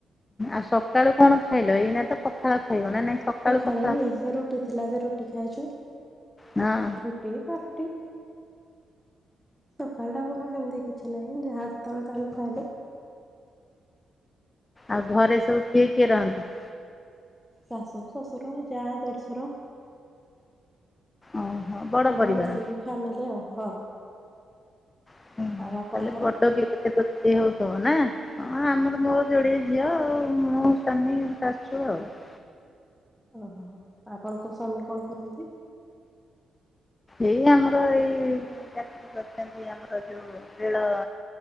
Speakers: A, on the left (about 25°); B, in the centre.
A: ଆଉ ସକାଳୁ କଣ ଖାଇଲ? ଏଇନା ତ ପଖାଳ ଖାଇବ ନା ନାଇଁ? ସକାଳୁ
B: ସକାଳେ
A: ପଖାଳ
B: ରୁଟି ଥିଲା ଯେ, ରୁଟି ଖାଇଛୁ।
A: ହଁ।
B: ରୁଟି ପାଉଁରୁଟି। ସକାଳଟା ମୋର ହେନ୍ତି କିଛି ନାହିଁ ଯାହା ଯେତେବେଳେ ପାଈଲୁ ଖାଇଲୁ।
A: ଆଉ ଘରେ ସବୁ କିଏ କିଏ ରହନ୍ତି?
B: ଶଶ, ଶଶୁର, ଯା, ଦେଢ଼ଶୁର।
A: ଓହୋ। ବଡ
B: ସବୁ
A: ପରିବାର
B: ମିଶିକି ଫ୍ୟାମିଲି ଆଉ, ହଁ।
A: ହୁଁ
B: ଆଉ ଆପଣଙ୍କର?
A: <unintelligible> ହଁ ଆମର ମୋର ଯୋଡିଏ ଝିଅ ଆଉ ମୁଁ ସ୍ୱାମୀ ଶଶୁ ଆଉ।
B: ଓହୋ ଆପଣଙ୍କ ସ୍ୱାମୀ କଣ କରନ୍ତି?
A: ଏଇ ଆମର ଏଇ ଚାକିରି କରିଛନ୍ତି, ଆମର ଯୋଉ ରେଳ